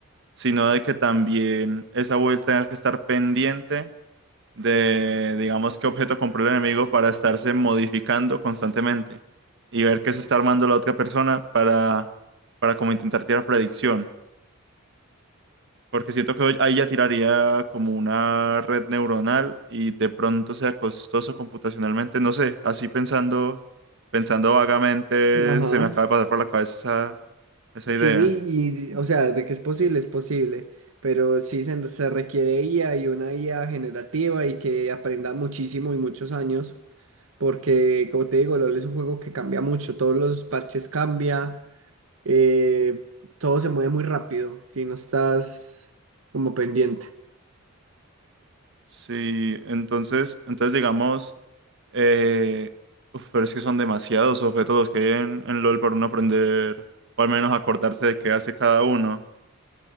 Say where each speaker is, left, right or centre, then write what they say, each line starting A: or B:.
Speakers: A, on the right; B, on the right.
A: sino de que también esa build tenga que estar pendiente de, digamos, qué objeto compró el enemigo para estarse modificando constantemente y ver qué se está armando la otra persona para, para como intentar tirar predicción. Porque siento que hoy- ahí ya tiraría como una red neuronal y de pronto sea costoso computacionalmente, no sé, así pensando, pensando vagamente,
B: Ajá.
A: se me acaba de pasar por la cabeza esa, esa
B: Sí,
A: idea.
B: y di- o sea, de que es posible, es posible, pero sí se, se requiere IA y una IA generativa y que aprenda muchísimo y muchos años, porque como te digo, LOL es un juego que cambia mucho, todos los parches cambia, eh, todo se mueve muy rápido si no estás como pendiente.
A: Sí, entonces, entonces digamos, eh, uf, pero es que son demasiados objetos los que hay en, en LOL para uno aprender, o al menos acordarse de qué hace cada uno.